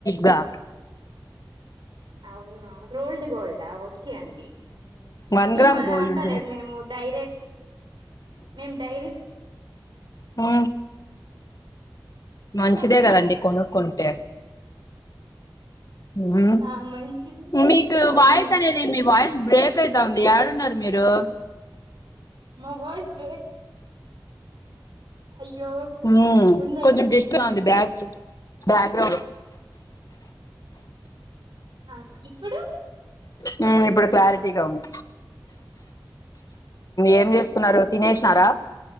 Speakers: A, on the left; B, on the right.
A: గా
B: అవునా రోల్డ్ గోల్డ్ ఆ ఓ కే అండి
A: వన్
B: మేము
A: గ్రామ్
B: అలా
A: గోల్డ్
B: అంతలేదు
A: ఉంటుంది
B: మేము డైరెక్ట్ మేమ్ డైరీ
A: ఆ మంచిదే
B: చెప్పండి
A: కదండి కొనుక్కుంటే మ్మ్
B: ఆ మంచిది
A: మీకు
B: అవును
A: వాయిస్ అనేది మీ వాయిస్ బ్రేక్ అయితా ఉంది యాడున్నారు మీరు
B: మా వాయిస్ బ్రేక్ అయ్యో
A: మ్మ్
B: ఉండండి
A: కొంచం డిష్ట
B: ఉండండి
A: అంది బ్యాగ్స్ బ్యాగ్రౌండ్
B: అ ఇప్పుడు
A: మ్మ్ ఇప్పుడు క్లారిటీగా ఉంది ఏం చేస్తున్నారు తినేసినారా